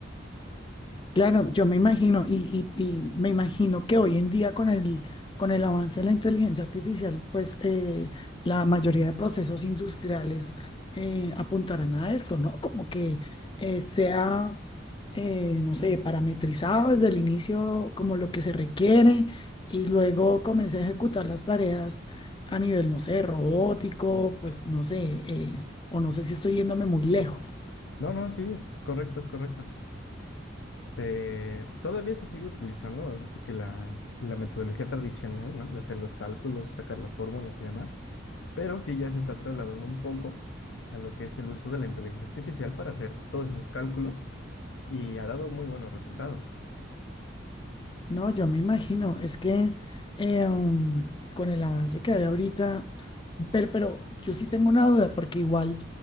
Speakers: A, on the left; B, on the left.
A: Claro, yo me imagino, y, y- y me imagino que hoy en día con el, con el avance de la inteligencia artificial, pues eh, la mayoría de procesos industriales eh, apuntarán a esto, ¿no? Como que eh, sea, eh, no sé, parametrizado desde el inicio como lo que se requiere y luego comience a ejecutar las tareas a nivel, no sé, robótico, pues no sé, eh, o no sé si estoy yéndome muy lejos.
B: No, no, sí, es correcto, es correcto. Se, todavía se sigue utilizando, ahora sí que la, la metodología tradicional, ¿no? De hacer los cálculos, sacar las fórmulas y demás, pero sí ya se está trasladando un poco a lo que es el uso de la inteligencia artificial para hacer todos esos cálculos y ha dado muy buenos resultados.
A: No, yo me imagino, es que eh, um, con el avance que hay ahorita, pero, pero yo sí tengo una duda, porque igual